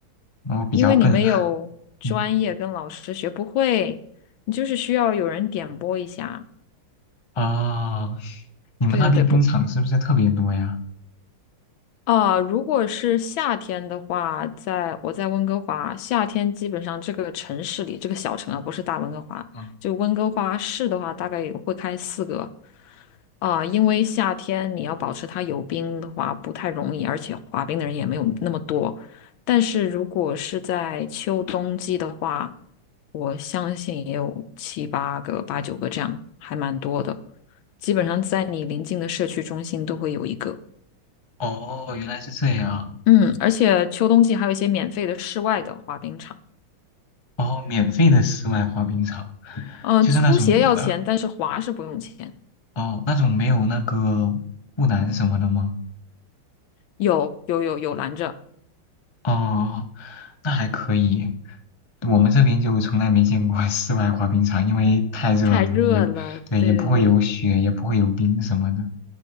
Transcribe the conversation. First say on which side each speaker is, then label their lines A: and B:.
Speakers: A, on the left; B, on the left.
A: 然后比较笨。
B: 因为你没有专业跟老师学不会，
A: <laughs> 嗯
B: 你就是需要有人点拨一下。
A: 啊，你们那边冰场是不是特别多呀？
B: 对对对，不啊、如果是夏天的话，在我在温哥华，夏天基本上这个城市里，这个小城啊，不是大温哥华，
A: 嗯，
B: 就温哥华市的话，大概也会开四个。啊，因为夏天你要保持它有冰的话不太容易，而且滑冰的人也没有那么多。但是如果是在秋冬季的话，我相信也有七八个、八九个这样，还蛮多的。基本上在你临近的社区中心都会有一个。
A: 哦，原来是这样。
B: 嗯，而且秋冬季还有一些免费的室外的滑冰场。
A: 哦，免费的室外滑冰场，
B: 嗯、呃，
A: 就是那种呃，
B: 租鞋要钱，但是滑是不用钱。
A: 哦，那种没有那个护栏什么的吗？
B: 有有有有拦着，
A: 哦，那还可以。我们这边就从来没见过 <laughs> 室外滑冰场，因为太热了，
B: 太热了。
A: 也对，
B: 对对对。
A: 也不会有雪，也不会有冰什么的。